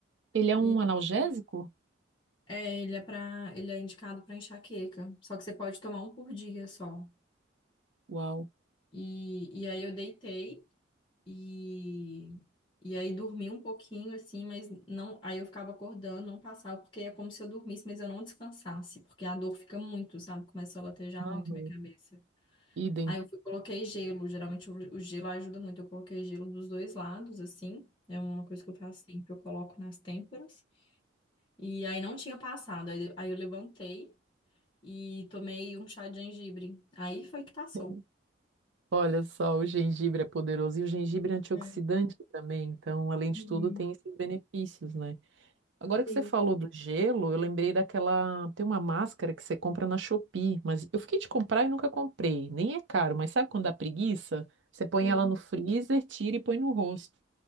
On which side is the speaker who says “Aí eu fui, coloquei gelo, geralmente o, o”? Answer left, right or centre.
Left